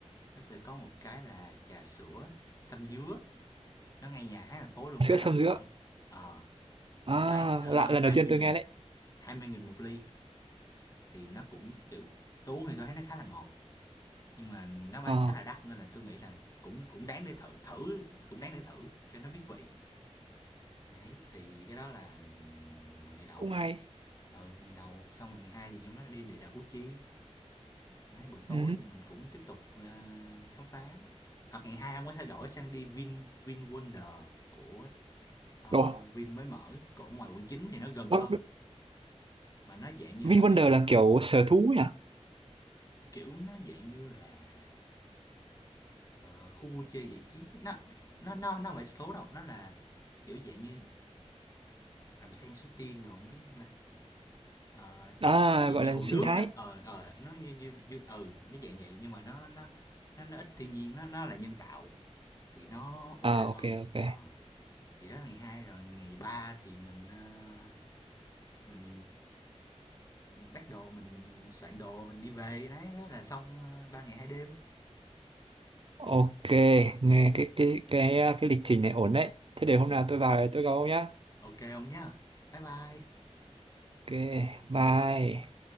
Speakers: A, on the left (about 30°); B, on the right (about 50°).
A: nó sẽ có một cái là trà sữa sâm dứa nó ngay nhà hát thành phố luôn
B: Sữa
A: ra
B: sâm
A: đó ông
B: dứa.
A: nội ờ
B: À,
A: nó bán uh,
B: lạ lần
A: 20
B: đầu tiên tôi
A: nghìn
B: nghe đấy.
A: 20 nghìn một ly thì nó cũng kiểu tôi uống thì tôi thấy nó khá là ngọt nhưng mà nó bán
B: Ờ,
A: khá là đắt nên là tôi nghĩ là cũng cũng đáng để thử thử cũng đáng để thử cho nó biết vị đấy thì cái đó là ngày đầu
B: cũng hay.
A: ừ ngày đầu xong rồi ngày hai thì nhóm nó đi địa đạo củ chi Đấy, buổi tối
B: Ừ.
A: thì mình cũng tiếp tục ờ, khám phá hoặc ngày hai ông có thể đổi sang đi Vin Vin Wonder của ờ,
B: Ồ,
A: Vin mới mở của ngoài quận 9 thì nó gần
B: ơ,
A: hơn mà nó dạng như
B: VinWonder
A: là mấy
B: là kiểu sở thú nhỉ?
A: kiểu nó dạng như là ờ, khu vui chơi giải trí nó nó nó nó không phải số đâu nó là kiểu dạng như đầm sen Suối Tiên rồi không biết nè Ờ,
B: À,
A: nó dạng
B: gọi
A: như
B: là
A: hồ
B: sinh
A: nước
B: thái.
A: á ờ ờ nó như như, như ừ nó dạng vậy nhưng mà nó nó nó nó ít thiên nhiên nó nó là nhân tạo thì nó ok
B: À, ok
A: hơn
B: ok.
A: Ờ thì đó là ngày hai rồi ngày ba thì mình ờ, mình bắt đồ mình soạn đồ mình đi về đấy thế là xong ờ, ba ngày hai đêm
B: Ok, nghe cái cái cái cái lịch trình này ổn đấy. Thế
A: ừ.
B: để hôm nào tôi vào tôi gặp ông nhá.
A: ok không nhá bye bye
B: Ok, bye.